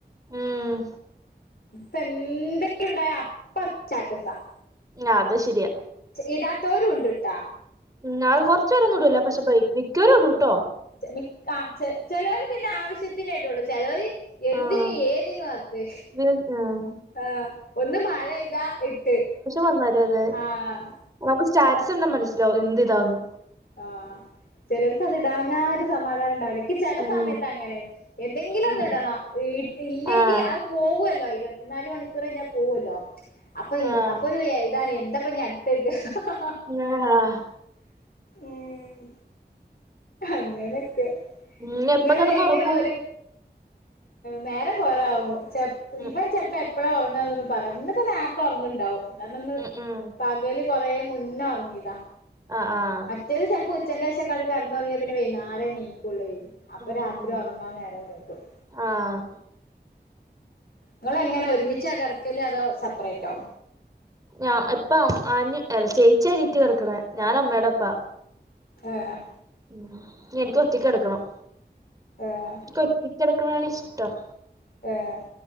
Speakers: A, on the right (about 20°); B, on the left (about 60°).
A: ഉം
B: പ്പന്തേങ്കിലുണ്ടായ അപ്പ സ്റ്റാറ്റസാ.
A: ആഹ് അത് ശരിയാ.
B: ഇടാത്തവരുഉണ്ട്ട്ടാ.
A: ഉം അത് കൊർച്ചുരൊന്നും ഇടൂല്ല പക്ഷേ മിക്കവരും ഇടൂട്ടോ.
B: ചെ മി ആഹ് ഛെ ചെലവര് പിന്നെ ആവശ്യത്തിനേടുള്ളു ചെലോര് എന്തിനും
A: ആഹ്
B: ഏതിനും അത്
A: പിന്നെ ഉം
B: ആഹ് ഒന്ന് മഴയ്താ ഇട്ട്
A: വന്നാലു അതെ,
B: ആഹ്
A: നമുക്ക് സ്റ്റാറ്റസ് കണ്ട മനസ്സിലാവും. എന്തിതാന്ന്
B: ആഹ്. ചെലോർക്ക് അത് ഇടാഞ്ഞ ഒരു സമാധാനം ഉണ്ടാവില്ല, ക്ക് ചെല
A: ഉം
B: സമയത്ത് അങ്ങനെ, എന്തെങ്കിലൊന്ന്ടണം.
A: ഉം
B: ഈ ഇട്ടില്ലെങ്കി
A: ആഹ്
B: അത് പോകുല്ലോ ഇ പത് നാല് മണിക്കൂറയ്ഞ പോവല്ലോ അപ്പൊ ഇ
A: ആഹ്
B: അപ്പൊരു താണ് എന്താപ്പ ഞൻടു ത്തത് ടാ
A: ങ് ഹഹഹ്.
B: ഉം അങ്ങനൊക്കെ
A: ഇനി എപ്പ
B: ങ്ങള്
A: കിടന്നുറങ്ങും?
B: എങ്ങനെ ഒരു നേരം കൊറേ ആവും ച
A: ഉം
B: ഇവൻ ചെൽപ്പെപ്പഴാഒറങ്ങാനൊന്നു- പറ്യൻ ന്ന്പ്പ നേർത്തൊർങ്ണ്ടാവും. കാരണംന്ന്
A: ഉം ഉം
B: പകല് കൊറെ മുന്നൊർങ്ങിതാ.
A: അഹ് ആഹ്.
B: ചെലീസൽപ്പോ ഉച്ചൻെശൊക്കാണ്ട് കടന്നൊറങ്ങിയാ പിന്നെ വൈന്നാരെ നീക്കുള്ളേ. അപ്പ
A: ഉം
B: രാത്രി
A: ഉം
B: ഒറങ്ങാ നേരം വൈകും.
A: ആഹ്
B: ങ്ങളെങ്ങനെ ഒരുമിച്ചാ കെടക്കല് അതോ സപ്പറേറ്റോ.
A: ഞാ എപ്പ അം അനി ചേച്ചി അനിയത്തിയ കെടക്കണ ഞാൻ അമ്മേടെപ്പാ.
B: ഏഹ്.
A: ഉം എനിക്ക് ഒറ്റക്ക് കെടക്കണം
B: ഏഹ്
A: എനിക്ക് ഒറ്റക്ക് കെടക്കണാണിഷ്ടം.
B: ഏഹ്.